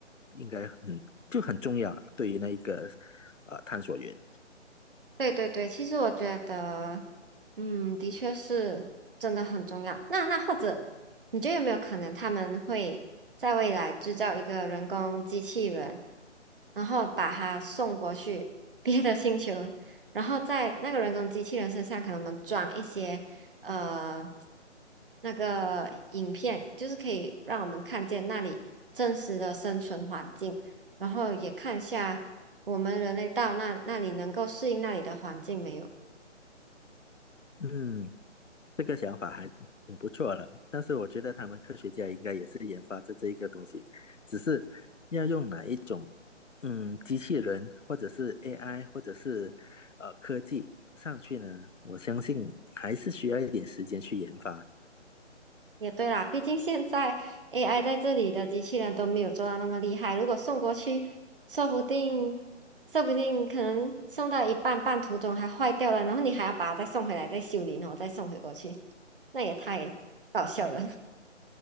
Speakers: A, on the left; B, on the right.
A: 应该很就很重要对于那一个呃探索员。
B: 对对对，其实我觉得，嗯，的确是真的很重要。那那或者，你觉得有没有可能他们会在未来制造一个人工机器人，然后把它送过去 <laughs> 别的星球，然后在那个人工机器人身上，可能我们装一些呃那个影片，就是可以让我们看见那里真实的生存环境，然后也看一下。我们人类到那那里能够适应那里的环境没有？
A: 嗯，这个想挺不错了，但是我觉得他们科学家应该也是研发这这一个东西，只是要用哪一种嗯机器人或者是 AI 或者是呃科技上去呢？我相信还是需要一点时间去研发。
B: 也对啦，毕竟现在 AI 在这里的机器人都没有做到那么厉害，如果送过去，说不定说不定可能送到一半，半途中还坏掉了，然后你还要把它再送回来，再修理，然后再送回过去，那也太搞笑了。